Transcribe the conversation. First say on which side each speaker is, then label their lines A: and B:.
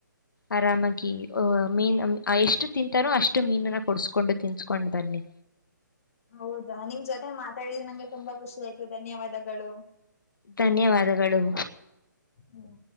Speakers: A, on the left; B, on the left.
A: ಆರಾಮಾಗಿ ಮೀನ್ ಎಷ್ಟ ಅಷ್ಟು ತಿಂತಾರೋ ಅಷ್ಟು ಮೀನನ್ನ ಕೊಡಸ್ಕೊಂಡು ತಿನ್ಸ್ಕೊಂಡ್ ಬನ್ನಿ
B: ಹೌದಾ ನಿಮ್ ಜೊತೆ ಮಾತಾಡಿದ ನಂಗೆ ತುಂಬಾ ಖುಷಿ ಆಯ್ತು ಧನ್ಯವಾದಗಳು
A: ಧನ್ಯವಾದಗಳು
B: ಹ್ಮ್